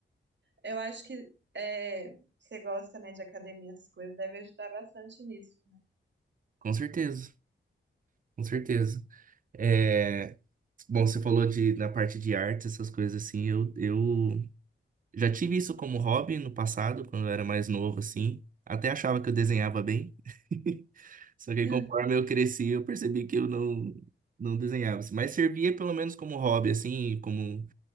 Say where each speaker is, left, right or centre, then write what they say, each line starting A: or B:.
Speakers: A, on the right; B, on the right.
A: Eu acho que é, você gosta, né, de academia, essas coisas, deve ajudar bastante nisso. né?
B: Com certeza, com certeza. É, Bom, você falou de, na parte de artes, essas coisas assim, eu, eu Já tive isso como hobby no passado, quando eu era mais novo, assim. Até achava que eu desenhava bem. <laughs> Só que
A: <laughs>
B: conforme eu cresci, eu percebi que eu não, não desenhava. assim. Mas servia pelo menos como hobby, assim, como